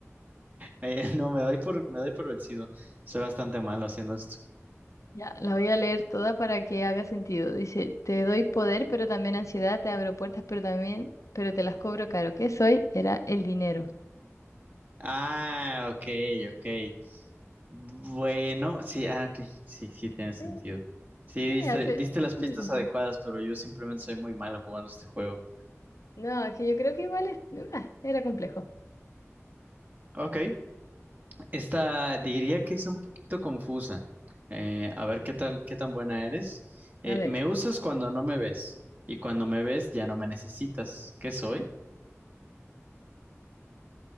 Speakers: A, on the right (about 35°); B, on the left (about 80°).
A: Eh, <laughs> no, me doy por, me doy por vencido. Soy bastante malo haciendo esto.
B: Ya, la voy a leer toda para que haga sentido. Dice, te doy poder, pero también ansiedad, te abro puertas, pero también, pero te las cobro caro. ¿Qué soy? Era el dinero.
A: Ah, ok, ok. Bueno, sí, ah, ok. Sí, sí, tiene sentido.
B: Sí,
A: Sí,
B: sí,
A: diste,
B: hace,
A: diste las pistas
B: hace sentido.
A: adecuadas, pero yo simplemente soy muy malo jugando este juego.
B: No, es que yo creo que igual es- ah, era complejo.
A: Ok. Esta diría que es un poquito confusa. Eh, a ver qué tal, qué tan buena eres. Eh,
B: A ver.
A: me usas cuando no me ves y cuando me ves ya no me necesitas. ¿Qué soy?